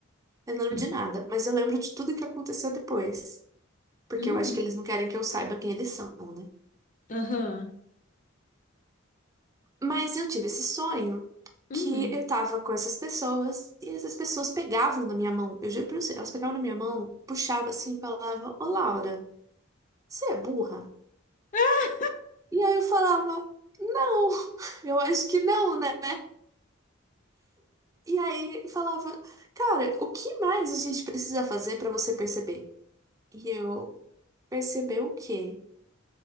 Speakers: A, on the right; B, on the left.
A: eu não lembro
B: uhum,
A: de nada. Mas eu lembro de tudo que aconteceu depois. Porque
B: hum,
A: eu acho que eles não querem que eu saiba quem eles são, né?
B: aham,
A: Mas eu tive esse sonho
B: hum.
A: que eu tava com essas pessoas e essas pessoas pegavam na minha mão. Eu juro pra você, elas pegavam na minha mão, puxavam assim e falavam: Ô Laura, você é burra?
B: Ah,
A: E aí eu falava, não, <laughs> eu acho que não, né? E aí falava, cara, o que mais a gente precisa fazer pra você perceber? E eu, perceber o quê?